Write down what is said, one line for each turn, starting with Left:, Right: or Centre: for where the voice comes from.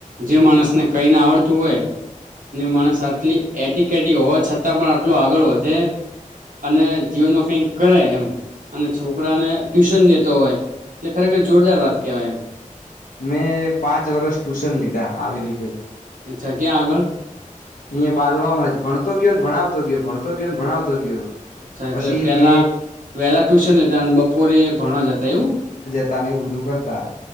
Right: જે માણસને કઈને આવડતું હોય. અને માણસ આટલી એટી કેટી હોવા છતાં પણ આટલું આગળ વધે અને જીવનમાં કઈક કરે એમ અને છોકરાને ટ્યુશન લેતો હોય એટલે ખરેખર જોરદાર વાત કેવાય એમ
Left: મેં પાંચ વર્ષ ટ્યુશન લીધા આવી રીતે
Right: અચ્છા ક્યાં આગળ?
Left: અહિયાં બાલવાવામાં જ ભણતો ગયો ને ભણાવતો ગયો ભણતો ગયો ને ભણાવતો ગયો.
Right: અચ્છા એટલે
Left: પછી
Right: પેલા
Left: જે
Right: વહેલા ટ્યુશન હતા બપોરે ભણવા જતા એવું.
Left: તા એવું બધું કરતા.